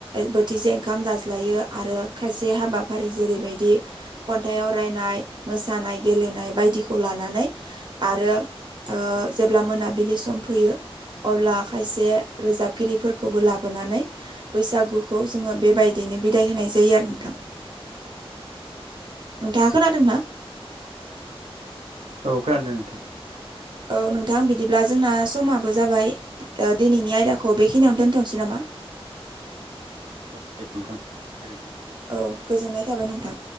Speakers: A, on the right; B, on the right.
A: बोथिसे ओंखाम जाज्लायो। आरो खायसे हाबाफारि जेरैबायदि खन्थाइ आवरायनाय मोसानाय गेलेनाय बायदिखौ लानानै आरो ओ जेब्ला मोनाबिलि सम फैयो अब्ला खायसे रोजाबगिरिफोरखौबो लाबोनानै बैसागुखौ जोङो बेबायदिनो बिदाय होनाय जायो आरो नोंथां। नोंथाङा खोनादोंना?
B: औ खोनादों नोंथां।
A: औ नोंथां बिदिब्ला जोंना समाबो जाबाय ओ दिनैनि आयदाखौ बेखिनियावनो दोनथ'नोसै नामा? <inaudible>
B: औ दे नोंथां गोजोन्थों।
A: औ गोजोननाय थाबाय नोंथां।